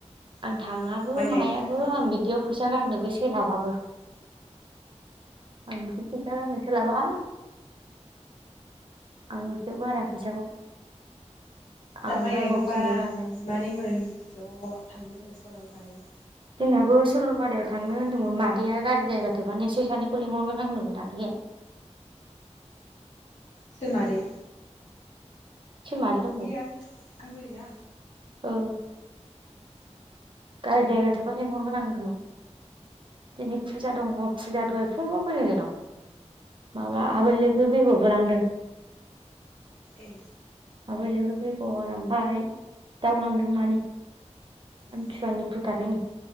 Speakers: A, on the right; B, on the left.
A: आं
B: र'
A: थाङाबो
B: माइ गायखांग्रोथों
A: मायाबो आं बिदियाव फैसा गारनोबो सोलाबाबो। आं फैजा गारनो सोलाबा। आं बिदियाव गारा फैसाखौ।
B: जा
A: आं
B: माइ
A: नांगौखिनि
B: गायखांबाय
A: गारनो
B: बिमानैमोन ज' थांनो होनदों सरलपारायाव।
A: जोंनाबो सरलपारायाव थांनो
B: बोरैबा
A: होन्दोंमोन
B: थांनाय
A: मादैया
B: जाबा थांगोन
A: गारि जायगा थोबानो एस सानै लेंहरगोन होनमोन दाख्लै।
B: सोर मादै?
A: सोर मादै दंबावो
B: बे आं आंगुरि ना?
A: ओ गारि जायगा थोबा लेंहरगोन आं होनदोंमोन। दिनै फुजा दङ फुजा दहाय फुङावनो फैदों जोंनाव। माबा
B: ए
A: आबै लोगो बेगरबो लांदों।
B: ए
A: आबै लोगो बेगर आमफाय दाउ लांदों मानै।
B: उम
A: सुवानि फोथारोनो।